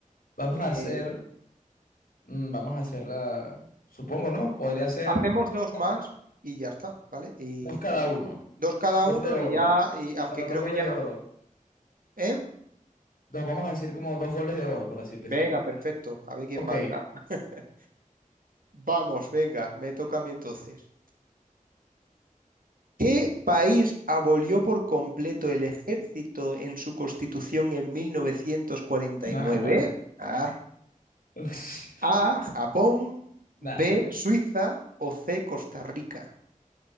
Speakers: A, on the left (about 85°); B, on the right (about 80°).
A: Vamos
B: Eh,
A: a hacer, mm, vamos a hacer la, supongo, ¿no? Podría ser
B: hacemos dos
A: la
B: más
A: final.
B: y ya está, ¿vale? Y,
A: Dos cada
B: y
A: uno.
B: dos cada
A: Gol
B: uno
A: de oro.
B: y ya, y aunque
A: Bueno,
B: creo
A: dos goles
B: que ya
A: de
B: no.
A: oro.
B: ¿Eh?
A: dos, vamos a decir como dos goles de oro, por así decirlo.
B: Venga, perfecto. A ver quién
A: Ok,
B: marca. <laughs> Vamos, venga, me toca a mí entonces. ¿Qué país abolió por completo el ejército en su constitución en 1949?
A: nada, guara.
B: Ah,
A: <laughs>
B: A, Japón, B,
A: Nada,
B: Suiza o C, Costa Rica.